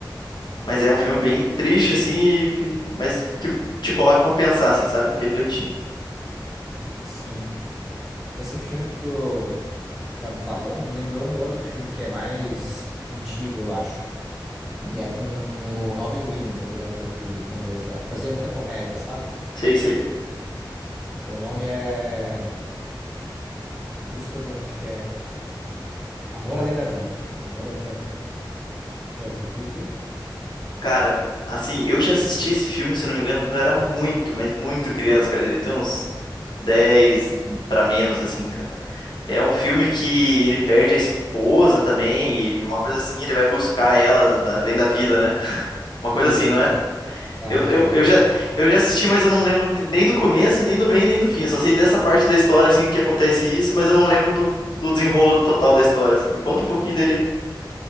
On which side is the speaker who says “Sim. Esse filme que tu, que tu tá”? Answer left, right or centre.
Centre